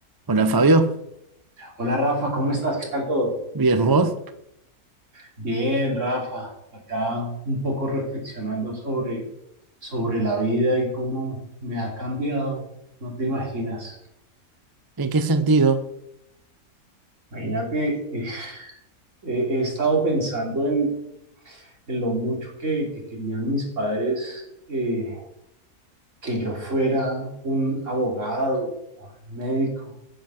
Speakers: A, on the right; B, on the right.
A: Hola Fabio,
B: Hola Rafa, ¿cómo estás? ¿Qué tal todo?
A: bien vos,
B: Bien, Rafa, acá un poco reflexionando sobre, sobre la vida y cómo me ha cambiado, no te imaginas.
A: ¿en qué sentido?
B: Imagínate, eh, he, he estado pensando en, en lo mucho que, que querían mis padres eh, que yo fuera un abogado, un médico